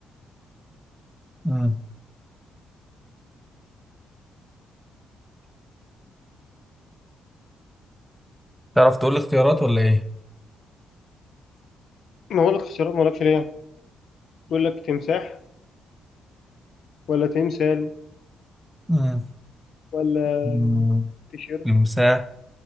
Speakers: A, in the centre; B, on the left (about 60°).
A: مم. تعرف تقول لي اختيارات ولا ايه
B: ما هو لك اختيارات ما لكش ليه بيقول لك تمساح ولا تمثال
A: مم.
B: ولا
A: مم.
B: تيشيرت
A: تمساح